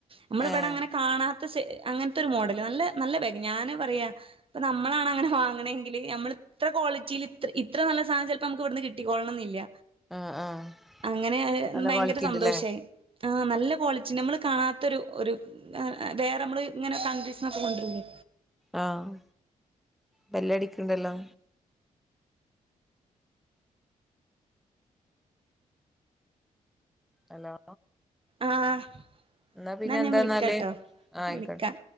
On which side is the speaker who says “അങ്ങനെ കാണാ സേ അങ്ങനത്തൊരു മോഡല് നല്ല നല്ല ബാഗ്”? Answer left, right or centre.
Right